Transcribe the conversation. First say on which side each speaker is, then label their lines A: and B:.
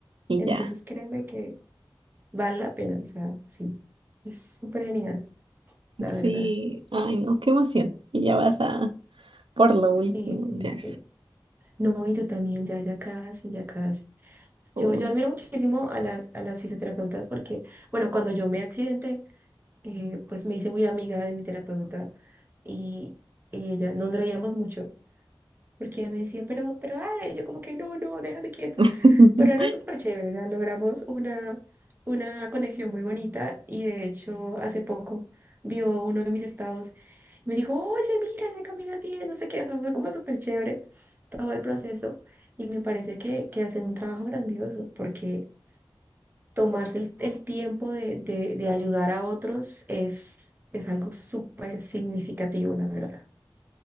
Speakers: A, on the right; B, on the right.
A: Y
B: Entonces
A: ya.
B: créeme que vale la pena. O sea, sí, es súper genial, la verdad.
A: Sí. Ay, no, qué emoción. Y ya vas a... por lo último,
B: Sí, sí,
A: ya.
B: sí. No, y tú también, ya, ya casi, ya casi.
A: Uy.
B: Yo, yo admiro muchísimo a las, a las fisioterapeutas porque, bueno, cuando yo me accidenté, eh, pues me hice muy amiga de mi terapeuta y, y ella nos reíamos mucho porque ella me decía, pero, pero dale, y yo como que no, no, déjame quieta.
A: <laughs>
B: Pero era súper chévere, ¿verdad? Logramos una, una conexión muy bonita y de hecho hace poco vio uno de mis estados y me dijo, oye, mira, ya caminas bien, no sé qué, o sea, fue como súper chévere todo el proceso y me parece que, que hacen un trabajo grandioso porque tomarse el, el tiempo de, de, de ayudar a otros es, es algo súper significativo, la verdad.